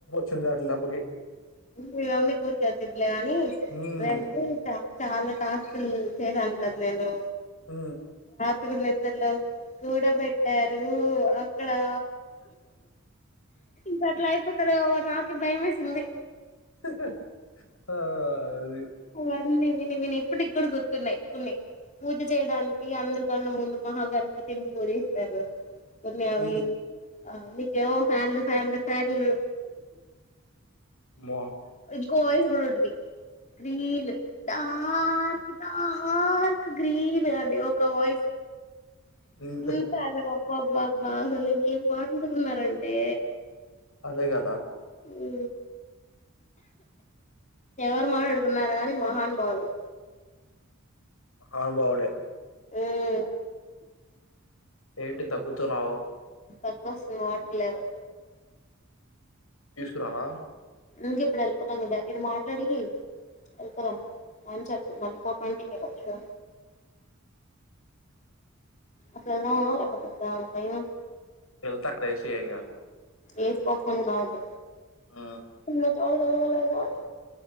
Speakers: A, on the left; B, on the left.
A: చం దాకిన డబ్బు
B: మీ మమ్మీకి ఊర్కె వచ్చిది లే గని
A: ఉమ్,
B: వేరేది ఇంకా చాలా టాస్క్లు చేయడానికి కదా నేను
A: ఊ
B: టుగుడ్ నిద్రలో కూడబెట్టారు అక్కడా ఇప్పట్ల ఐపోద్ తనే ఓ నాకి భయం వేసింది
A: ఆహా ఆ ఆ ఆది
B: అవన్నీ విని విని ఇప్పటికీ కూడా గుర్తున్నాయి కొన్ని పూజ చేయడానికి అందరికన్నా ముందు మహాగణపతిని పూజిస్తారు కొన్ని అవి
A: ఉమ్,
B: ఆ నీకి ఏమి అవుతాయి ఫ్యాన్లు ఫ్యాన్లు
A: అమ్మో.
B: ఇంకో వాయిస్ కూడా ఉంటది గ్రీన్ దార్క్ దార్క్ గ్రీన్ అదే ఒక వాయిస్
A: ఉమ్.
B: ఉంతా అదే అబ్బా అబ్బా అబ్బ అసల్ ఎం మన్ ఎందుకున్నారంటే
A: అదే కదా
B: ఉ ఎవరు మాట్లాడుతున్నారు కానీ మహానుభావులు
A: అవును అవడే
B: ఉమ్
A: ఏంటి తగ్గుతునావ్
B: దగ్గు వస్తే మాటలేవు
A: తీసుకున్నావా
B: ఇంకా ఇప్పుడు వెళ్ళి పోతాం కదా ఇది మాట్లాడి వెళ్ళి పోదాం అని చెప్పు మళ్ళీ ఫోర్ ట్వంటీ కే కదా షో అట్లు వెళ్దామా లేకపోతే వద్ద బయ్
A: ఎల్థా క్రైసి ఏగా
B: ఏది ఫోఫర్మ్ కాదు
A: ఉమ్,
B: ఉన్నా చోడ <unintelligible> కాదు